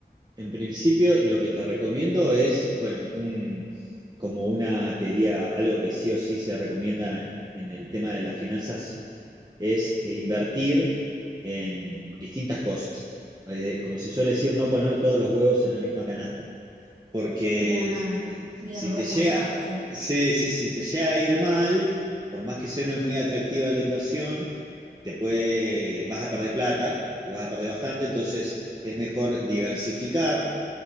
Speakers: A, on the right (about 25°); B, on the right (about 45°).
A: En principio, lo que te recomiendo es, bueno, un, como una teoría, algo que sí o sí se recomienda en el tema de las finanzas, es eh, invertir en distintas cosas. Eh, como se suele decir, no poner todos los huevos en la misma canasta porque
B: Claro,
A: eh,
B: bien,
A: si
B: lo
A: te
B: he escuchado,
A: llega,
B: sí.
A: sí, sí, sí te llega a ir mal, por más que sea no es muy atractiva la inversión, te puede, vas a perder plata y vas a perder bastante, entonces es mejor diversificar,